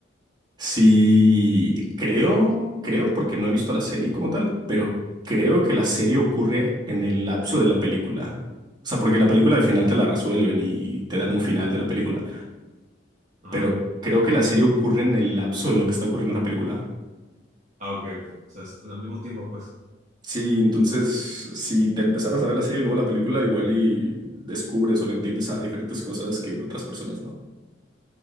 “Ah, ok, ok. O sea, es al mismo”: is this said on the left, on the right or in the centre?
Right